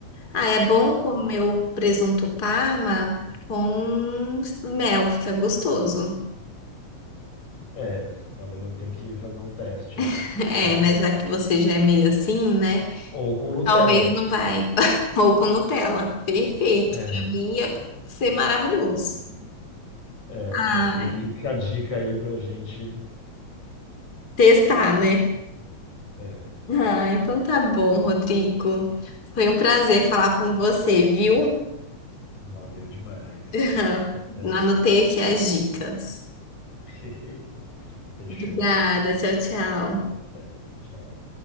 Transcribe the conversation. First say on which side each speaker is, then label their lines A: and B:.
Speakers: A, on the left; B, on the left.
A: ah, é bom comer o presunto Parma com mel, fica gostoso.
B: É, talvez eu tenha que fazer um teste aí.
A: <laughs> É,
B: <laughs>
A: mas já que você já é meio assim, né?
B: Ou com Nutella.
A: Talvez não vai. <laughs> Ou com Nutella. Perfeito.
B: É,
A: Pra mim ia ser maravilhoso.
B: é,
A: Ai.
B: mas fica, fica a dica aí pra gente.
A: Testar, né?
B: É,
A: Ah, então tá bom, Rodrigo. Foi um prazer falar com você, viu?
B: valeu demais.
A: <laughs>
B: Até.
A: Anotei aqui as dicas.
B: <laughs> Fechou.
A: Obrigada, tchau, tchau.
B: Até. Tchau.